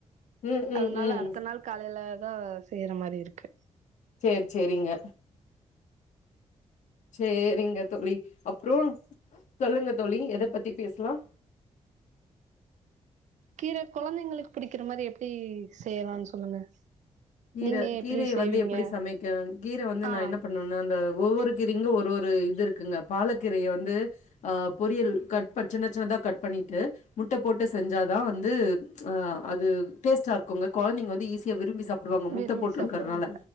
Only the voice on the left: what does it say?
ம் ம்
ம்
சேரி சேரிங்க சேரிங்க தோழி அப்றம் சொல்லுங்க தோழி எத பத்தி பேசலாம்
கீர
கீரய
வந்து எப்டி சமைக்கனும்.. கீர வந்து
நான் என்ன பண்ணணும். அந்த ஒவ்வொரு கீரைக்கும் ஒரு ஒரு இது இருக்குங்க. பாலக்கீரய வந்து.. ஆ.. பொரியல் கட் பண்.. சின்ன சின்னதா கட் பண்ணிட்டு.. முட்ட போட்டு செஞ்சாதான் வந்து.. அ அது டேஸ்ட்டா இருக்குங்க. கொழந்தைங்க வந்து ஈஸியா விரும்பி சாப் டுவாங்க முட்ட
போட்டுருக்கிறதுனால!